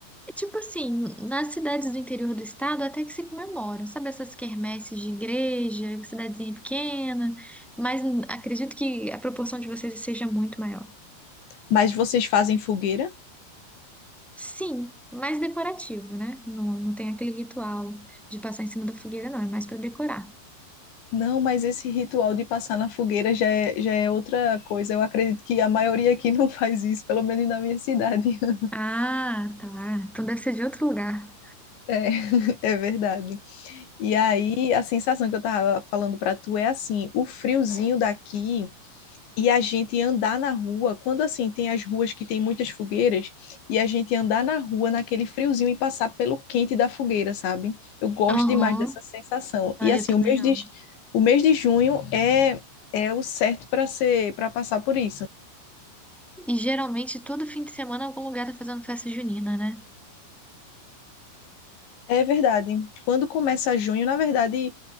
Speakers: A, in the centre; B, on the left.
A: É Tipo assim, nas cidades do interior do estado até que se comemoram, sabe? Essas quermesses de igreja, cidadezinha pequena, mas hum, acredito que a proporção de vocês seja muito maior.
B: Mas vocês fazem fogueira?
A: Sim, mais decorativo, né? Não, não tem aquele ritual de passar em cima da fogueira, não, é mais para decorar.
B: Não, mas esse ritual de passar na fogueira já é, já é outra coisa. Eu acredito que a maioria aqui não faz isso, pelo menos na minha cidade. <laughs>
A: Ah, tá. Então deve ser de outro lugar.
B: É, <laughs> é verdade. E aí, a sensação que eu tava falando pra tu é assim, o friozinho daqui e a gente andar na rua, quando assim tem as ruas que tem muitas fogueiras, e a gente andar na rua naquele friozinho e passar pelo quente da fogueira, sabe? Eu gosto
A: Aham.
B: demais dessa sensação.
A: Ah,
B: E assim,
A: eu também
B: o mês
A: amo.
B: de, o mês de junho é, é o certo para ser, para passar por isso.
A: E geralmente todo fim de semana algum lugar tá fazendo festa junina, né?
B: É verdade. Quando começa junho, na verdade,